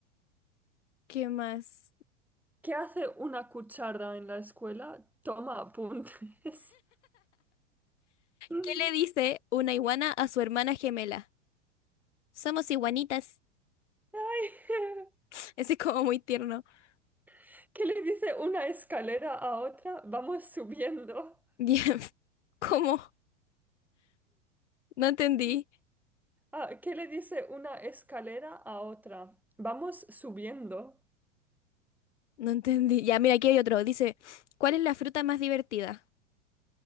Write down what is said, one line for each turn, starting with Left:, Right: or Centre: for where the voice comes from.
Left: ¿qué más?
Centre: ¿Qué hace una cuchara en la escuela? Toma apuntes. <laughs>
Left: ¿Qué le dice una iguana a su hermana gemela? Somos iguanitas.
Centre: Ay,
Left: <laughs> Ese es como muy tierno. <laughs>
Centre: <laughs> ¿qué le dice una escalera a otra? Vamos subiendo.
Left: Bien. ¿Cómo? No entendí.
Centre: Ah, ¿qué le dice una escalera a otra? Vamos subiendo.
Left: No entendí. Ya, mira, aquí hay otro. Dice, ¿cuál es la fruta más divertida?